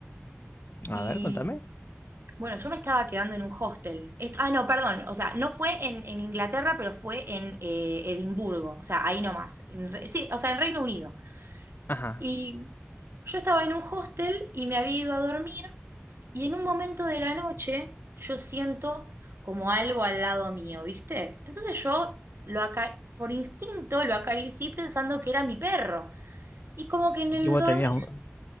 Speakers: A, on the left (about 50°); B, on the right (about 60°).
A: A
B: Y
A: ver, contame.
B: bueno, yo me estaba quedando en un hostel. Est- ah, no, perdón, o sea, no fue en, en Inglaterra, pero fue en eh, Edimburgo, o sea, ahí nomás. En Re- sí, o sea, en Reino Unido.
A: Ajá.
B: Y yo estaba en un hostel y me había ido a dormir y en un momento de la noche yo siento como algo al lado mío, ¿viste? Entonces yo lo aca- por instinto lo acaricié pensando que era mi perro. Y como que en el
A: que vos
B: dormir,
A: tenías un,